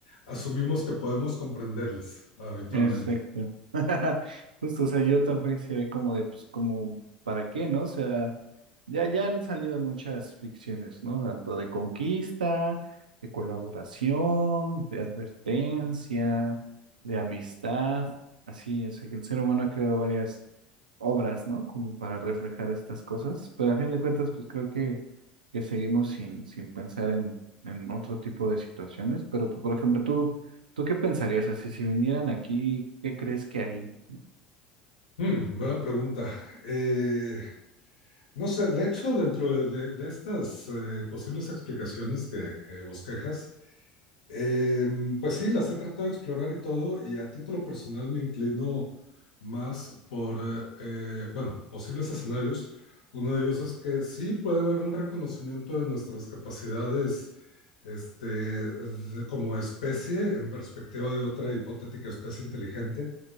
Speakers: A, on the left; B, on the right.
A: asumimos que podemos comprenderles habitualmente.
B: Exacto. <laughs> Justo, o sea, yo también sería como de, pues, como, ¿para qué, no? O sea, ya, ya han salido muchas ficciones, ¿no? Tanto de conquista, de colaboración, de advertencia, de amistad, así, o sea, que el ser humano ha creado varias obras, ¿no? Como para reflejar estas cosas, pero a fin de cuentas, pues creo que que seguimos sin, sin pensar en, en otro tipo de situaciones. Pero, pues, por ejemplo, tú, ¿tú qué pensarías? Así, si vinieran aquí, ¿qué crees que harían?
A: Mm, buena pregunta. Eh, no sé, de hecho, dentro de, de- de estas eh, posibles explicaciones que, que bosquejas, Em, pues sí, las he tratado de explorar y todo, y a título personal me inclino más por, eh, eh, bueno, posibles escenarios. Uno de ellos es que sí puede haber un reconocimiento de nuestras capacidades, este, de- como especie en perspectiva de otra hipotética especie inteligente,